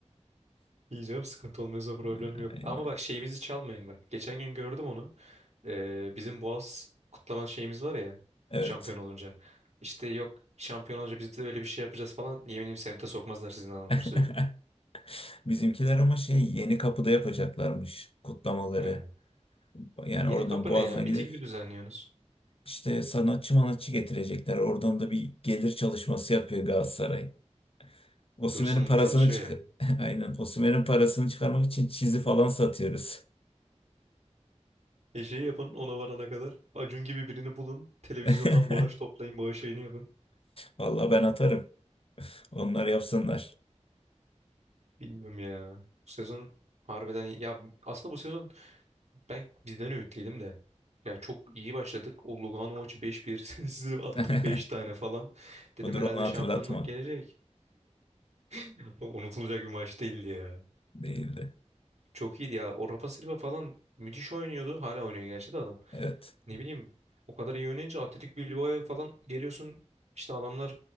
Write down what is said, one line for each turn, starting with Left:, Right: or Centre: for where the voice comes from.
Right: Yiyeceğim sıkıntı olmuyorsa problem
Left: <laughs>
Right: yok.
Left: Aynen.
Right: Ama bak şeyimizi çalmayın bak. Geçen gün gördüm onu. Ee, bizim Boğaz kutlama şeyimiz var ya
Left: Evet.
Right: şampiyon olunca. İşte yok şampiyon olunca biz de öyle bir şey yapacağız falan. Yeminim semte sokmazlar sizin adamları
Left: <laughs>
Right: söyleyeyim.
Left: Bizimkiler ama şey yeni kapıda yapacaklarmış kutlamaları.
Right: Ya.
Left: Yani
Right: Yeni
Left: oradan
Right: kapı
Left: Boğaz'dan
Right: ne ya? Miting
Left: gidip
Right: mi düzenliyorsunuz?
Left: işte sanatçı manatçı getirecekler. Oradan da bir gelir çalışması yapıyor Galatasaray. Osimhen'in
Right: Dursun'um
Left: parasını
Right: çalışıyor
Left: çık
Right: yani.
Left: <laughs> Aynen. Osimhen'in parasını çıkarmak için çizi falan satıyoruz.
Right: E şey yapın ona varana kadar. Acun gibi birini bulun. Televizyondan
Left: <laughs>
Right: bağış toplayın. Bağış yayını yapın.
Left: Vallahi ben atarım. Onlar yapsınlar.
Right: Bilmiyorum ya. Bu sezon harbiden iyi. Ya aslında bu sezon Ben bizden ümitliydim de. Ya çok iyi başladık. O Lugano maçı 5-1. <laughs> Size attık
Left: <laughs>
Right: 5 tane falan. Dedim
Left: Dur
Right: herhalde
Left: onu hatırlatma.
Right: şampiyonluk gelecek. <laughs> Unutulacak bir maç değildi ya.
Left: Değildi.
Right: Çok iyiydi ya. O Rafa Silva falan müthiş oynuyordu. Hala oynuyor gerçi de adam.
Left: Evet.
Right: Ne bileyim o kadar iyi oynayınca Atletik Bilbao'ya falan geliyorsun işte adamlar